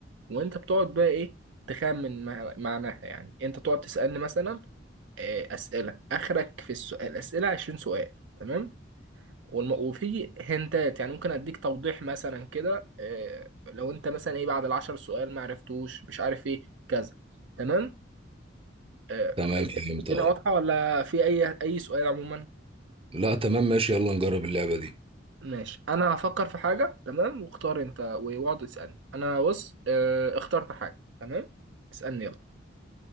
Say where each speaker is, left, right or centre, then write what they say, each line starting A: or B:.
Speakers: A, on the right; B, on the right.
A: وأنت بتقعد بقى إيه تخمن مع- معناها يعني أنت تقعد تسألني مثلا آه، أسئلة آخرك في السؤال الأسئلة 20 سؤال تمام والم... وفي هنتات يعني ممكن أديك توضيح مثلا كده آه، لو أنت مثلا إيه بعد العشر سؤال ما عرفتوش مش عارف إيه كذا تمام آه،
B: تمام فهمت
A: الدنيا
B: اه
A: واضحة ولا في أي أي سؤال عموما؟
B: لا تمام ماشي يلا نجرب اللعبة دي
A: ماشي أنا هفكر في حاجة تمام واختار أنت واقعد تسألني أنا بص آه، اخترت حاجة تمام اسألني يلا